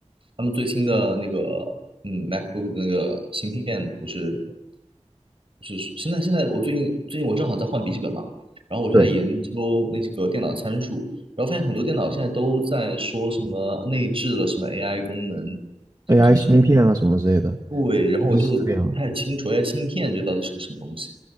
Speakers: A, on the right; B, on the right.
A: 他们最新的那个嗯 MacBook 的那个芯片不是不是现在现在我最近最近我正好在换笔记本嘛，然后我就在研究那几个电脑参数，
B: 对。
A: 然后发现很多电脑现在都在说什么内置了什么 AI 功能，什么什么什么，
B: AI 芯片啊什么之类的，
A: 对，然后我就不太清楚
B: 就是这个样。
A: AI 芯片这到底是个什么东西。